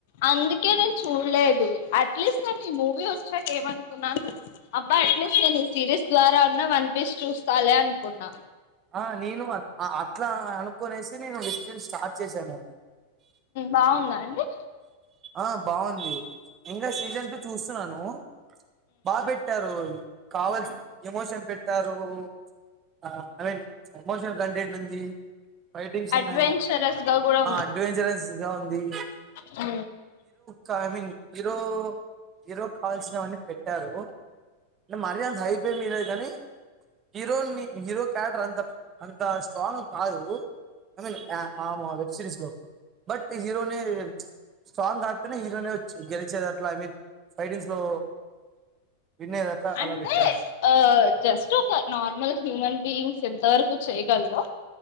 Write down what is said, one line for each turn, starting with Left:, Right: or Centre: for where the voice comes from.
Left: అందుకే నేను చూడలేదు, అట్లీస్ట్ నేను ఈ మూవీ వచ్చాక ఏమనుకున్నాను. అబ్బా అట్లీస్ట్ నేను ఈ సిరీస్ ద్వారా ఉన్న వన్ పీస్ చూస్తాలే, అనుకున్నా
Right: ఆ నేను ఆ ఆ అట్లా అనుకునేసి నేను <unintelligible> నేను స్టార్ట్ చేశాను అది
Left: బాగుందా అండి
Right: ఆ బాగుంది ఇంగా సీజన్ టూ చూస్తున్నాను బాగ్ పెట్టారు కావాల్సి ఎమోషన్ పెట్టారు ఆ ఐ మీన్ ఎమోషనల్ కంటెంట్ ఉంది ఫైటింగ్స్
Left: అడ్వెంచరస్
Right: ఉన్నాయి
Left: గా కూడా
Right: అడ్వెంచరస్ గా ఉంది
Left: ఆ
Right: కై మీన్ హీరో హీరో కావాల్సినవన్నీ పెట్టారు అంటే మరీ అంత హై పేమ్ ఇయ్యలేదు కానీ హీరోని హీరో క్యారెక్టర్ అంత అంత స్ట్రాంగ్ కాదు ఐ మీన్ య ఆ మో వెబ్ సిరీస్ లో బట్ హీరోనే సాంగ్ గాకపోయిన హీరోనే వచ్చి గెలిచేదట్లా ఐ మీన్ ఫైటింగ్స్ లో వినేది అట్లా
Left: అంటే
Right: అలా పెట్టారు
Left: ఆ జస్ట్ ఒక నార్మల్ హ్యూమన్ బీయింగ్ స్ ఎంత వరకు చేయగల్రో